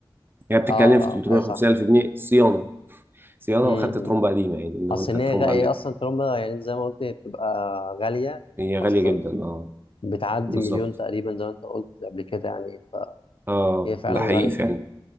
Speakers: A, on the right; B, on the left.
A: يعني بتتكلم
B: اه
A: في 350
B: اه اي صح
A: الف جنيه صيانه صيانه
B: امم
A: واخدت ترومبه قديمه يعني لو
B: اصل
A: انت
B: إن
A: الترومبه
B: هي غا- هي
A: عندك
B: اصلا ترومبا يعني أنت زي ما قلت هي بتبقى غاليه يعني
A: هي غاليه
B: اصلا
A: جدا اه
B: بتعدي
A: بالظبط
B: مليون تقريبا زي ما انت قلت قبل كده يعني
A: اه
B: فهي فعلا
A: ده حقيقي
B: غاليه
A: فعلا